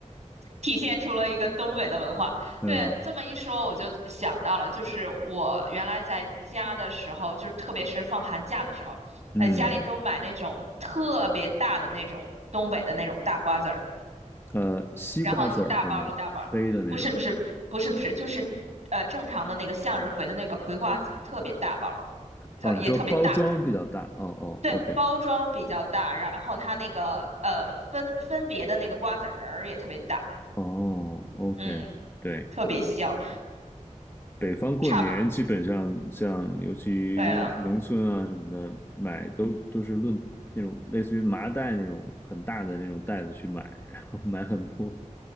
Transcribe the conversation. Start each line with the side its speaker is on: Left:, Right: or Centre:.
Right: 体现出了一个东北的文化。
Left: 嗯
Right: 对啊，你这么一说，我就想到了，就是我原来在家的时候，就特别是放寒假的时候，
Left: 嗯。
Right: 呃，家里都买那种特别大的那种东北的那种大瓜子儿，
Left: 呃，西瓜籽儿是吗？
Right: 然后一大包一大包，
Left: 黑的那种。
Right: 不是不是不是不是，就是呃正常的那个向日葵的那个葵花籽，特别大包儿，特也特别大。
Left: 哦，你说包装比较大。哦哦，OK，
Right: 对，包装比较大，然后它那个呃分分别的那个瓜子仁儿也特别大，
Left: 哦，OK，
Right: 嗯，
Left: 对。
Right: 特别香，
Left: 北方过年基本上像，
Right: 差不
Left: 尤其农村啊什么的，
Right: 对了。
Left: 买都都是论那种类似于麻袋那种很大的那种袋子去买，然后买很多。